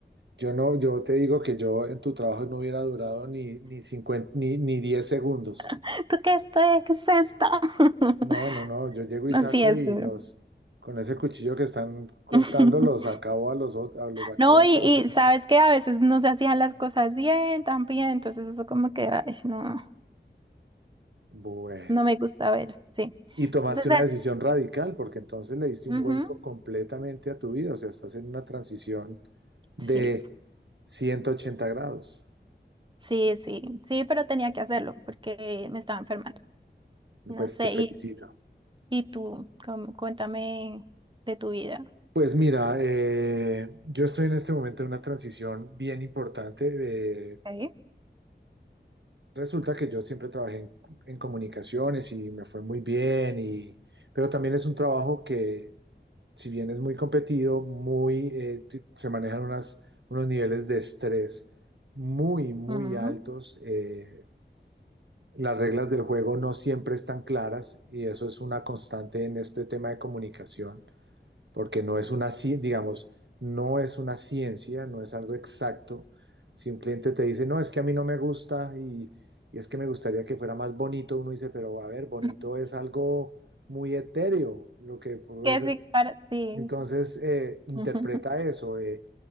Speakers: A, on the right; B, on the right.
A: Yo no, yo te digo que yo en tu trabajo no hubiera durado ni, ni 50 ni, ni 10 segundos.
B: <laughs> ¿Tú qué esto es? ¿Qué es esto? <laughs>
A: No, no, no. Yo llego y
B: Así
A: saco
B: es
A: y
B: duro.
A: los, con ese cuchillo que están cortando,
B: <laughs>
A: los acabo a los, ot- a los acabo
B: No, y,
A: a todos.
B: y
A: <laughs>
B: sabes que a veces no se hacían las cosas bien, también, entonces eso como que, ay, no,
A: Bueno.
B: no me gusta ver, sí.
A: Y tomaste
B: Entonces
A: una decisión radical porque entonces le diste
B: eso.
A: un vuelco completamente a tu vida, o sea, estás en una transición de
B: Sí,
A: 180 grados.
B: sí, sí, sí, pero tenía que hacerlo porque me estaba enfermando. No
A: Pues
B: sé,
A: te felicito.
B: y, y tú, com- cuéntame de tu vida.
A: Pues mira, eh, yo estoy en este momento en una transición bien importante. eh,
B: Ok.
A: resulta que yo siempre trabajé en, en comunicaciones y me fue muy bien, y, pero también es un trabajo que si bien es muy competido, muy, eh, t- se manejan unas, unos niveles de estrés muy, muy
B: Ujú.
A: altos. eh, las reglas del juego no siempre están claras y eso es una constante en este tema de comunicación, porque no es una, ci- digamos, no es una ciencia, no es algo exacto. Si un cliente te dice, no, es que a mí no me gusta y, y es que me gustaría que fuera más bonito, uno dice, pero a ver,
B: <clears throat>
A: bonito es algo muy etéreo, lo que pues,
B: ¿Qué sí para ti?
A: entonces, eh,
B: <laughs>
A: interpreta
B: Ujú,
A: eso. eh,